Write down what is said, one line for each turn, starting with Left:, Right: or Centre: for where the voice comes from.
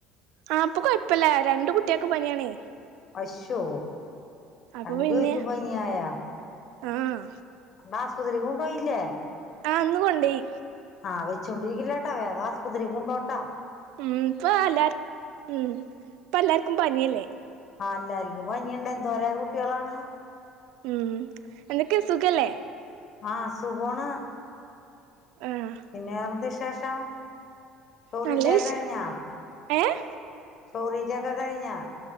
Right: ആഹ് ഇപ്പൊ കൊഴപ്പില്ല രണ്ട് കുട്ടിയാക്കും പനിയാണേ
Left: അശ്ശോ
Right: അപ്പൊ
Left: രണ്ട്പേർക്കും
Right: പിന്നെ
Left: പനിയായ
Right: ആഹ്
Left: ന്നാ ആസുപത്രിക്ക് കൊണ്ടോയില്ലേ
Right: ആഹ് ഇന്ന് കൊണ്ടോയി
Left: ആഹ് വെച്ചോണ്ടിരിക്കല്ലേട്ടോ വേകം ആസുപത്രിക്ക് കൊണ്ടോട്ട
Right: ഉം ഇപ്പ എല്ലാർ ഉം ഇപ്പ എല്ലാർക്കും പനിയല്ലേ
Left: ആഹ് എല്ലാർക്കും പനീണ്ട് എന്തോരം കുട്ടിയാളാണ്
Right: ഉം എന്തൊക്കെയാ സുഖല്ലേ
Left: ആഹ് സുഖാണ്
Right: ആഹ്
Left: പിന്നെ വേറെന്ത വിശേഷം ചോറീറ്റക്കെ
Right: നല്ല വിശേ
Left: കഴിഞ്ഞാ
Right: ഏഹ്
Left: ചോറീറ്റക്കെ കഴിഞ്ഞാ